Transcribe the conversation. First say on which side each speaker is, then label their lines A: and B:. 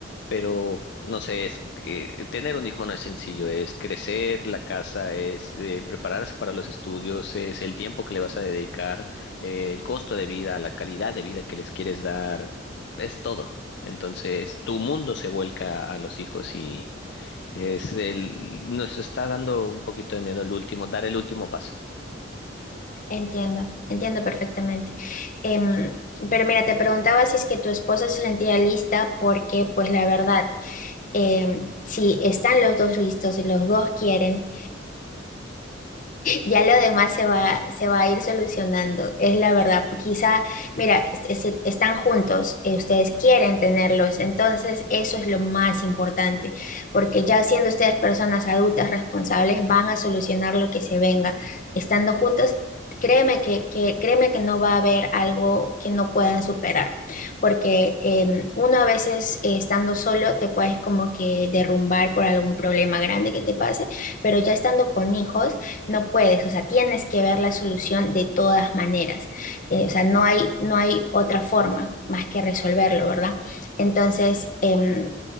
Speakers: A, on the left; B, on the left.
A: pero no sé, es que tener un hijo no es sencillo, es crecer la casa, es eh, prepararse para los estudios, es el tiempo que le vas a dedicar, eh, el costo de vida, la calidad de vida que les quieres dar, es todo. Entonces, tu mundo se vuelca a los hijos y es el, nos está dando un poquito de miedo el último, dar el último paso.
B: Entiendo, entiendo perfectamente. Em, pero mira, te preguntaba si es que tu esposa se sentía lista porque, pues la verdad, em, si están los dos listos y los dos quieren, ya lo demás se va, se va a ir solucionando, es la verdad. Quizá, mira, se- se- están juntos, eh, ustedes quieren tenerlos, entonces eso es lo más importante, porque ya siendo ustedes personas adultas responsables, van a solucionar lo que se venga. Estando juntos, créeme que, que, créeme que no va a haber algo que no puedan superar, porque em, uno a veces eh, estando solo te puedes como que derrumbar por algún problema grande que te pase, pero ya estando con hijos, no puedes, o sea, tienes que ver la solución de todas maneras. Eh, o sea, no hay, no hay otra forma más que resolverlo, ¿verdad? Entonces, em,